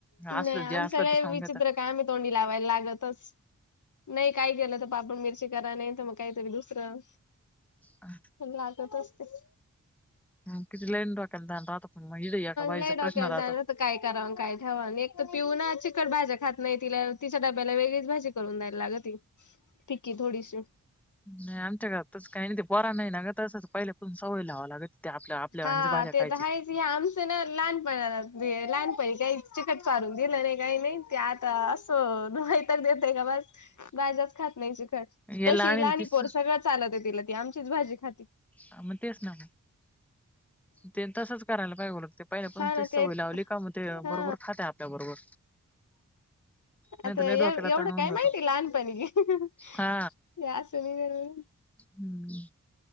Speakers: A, on the left; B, in the centre.
A: नाही
B: असलं
A: आमच्याला
B: जे असलं ते खाऊन
A: विचित्र
B: घेता
A: काय आम्ही तोंडी लावायला लागतच. नाही काय केलं तर पापड मिरची करा नाही तर मग काहीतरी दुसरं
B: आह
A: लागतच नई
B: हा किती लाईन डोक्याला ताण राहतो... पण मग इथं एका बाईचा
A: लय डोक्याला
B: प्रश्न राहतो
A: ताण राहतं काय करावं आणि काय नई ठेवा अन एकतर पिऊ ना... चिकट भाज्या खात नई... तिला... तिच्या डब्याला वेगळीच भाजी करून द्यायला लागती फिक्की थोडीशी
B: नाई... आमच्या घरात तसं काय नई... ते पोरांना ए ना गं तसंच- पहिल्या पासून सवयी लावावी लागती... ती आपल्या... आपल्यावानीच
A: हा
B: भाज्या खायची
A: तर आहेच ते आमचं ना... लहानपणाला... लहानपणी काही चिकट चारून दिलं नाई... काई नाई... ते आत त्ता असं वैताग देतं का बास भाज्याच खात नाही चिखट...
B: याला
A: तशी
B: आणेल
A: लहानी
B: तीच
A: पोर सगळं चालतं तिला... ती आमचीच भाजी खाती
B: हा मग तेच ना... ते तसंच करायला पाहिजे उलट पाहिल्या पासून
A: हा ना
B: ती सवयी
A: ते
B: लावली का मग... ते
A: हा
B: बरोबर खातय आपल्या बरोबर नाही
A: आता...
B: तर
A: एव...
B: लय डोक्याला
A: एवढं
B: ताण होऊन
A: काय
B: जातो
A: माहिती लहानपणी हे
B: हा
A: असं निघल म्हणून
B: हम्म...